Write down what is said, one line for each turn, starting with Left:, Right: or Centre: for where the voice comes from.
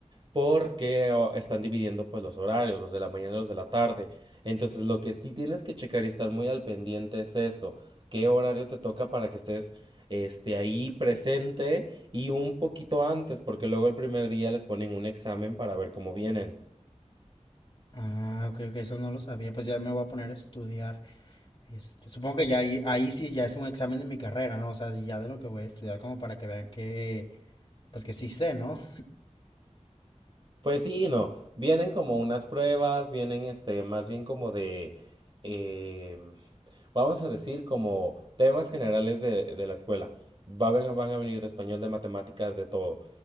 Right: porque o- están dividiendo pues los horarios, los de la mañana y los de la tarde. Entonces, lo que sí tienes que checar y estar muy al pendiente es eso, qué horario te toca para que estés este, ahí presente y un poquito antes, porque luego el primer día les ponen un examen para ver cómo vienen.
Left: Ah, ok, ok, eso no lo sabía. Pues ya me voy a poner a estudiar. Este, supongo que ya ahí, ahí sí ya es un examen de mi carrera, ¿no? O sea, ya de lo que voy a estudiar como para que vean que, pues que sí sé, ¿no?
Right: Pues sí, y no. Vienen como unas pruebas, vienen este, más bien como de, eh, vamos a decir, como temas generales de, de la escuela. Va a ven- van a venir de español, de matemáticas, de todo.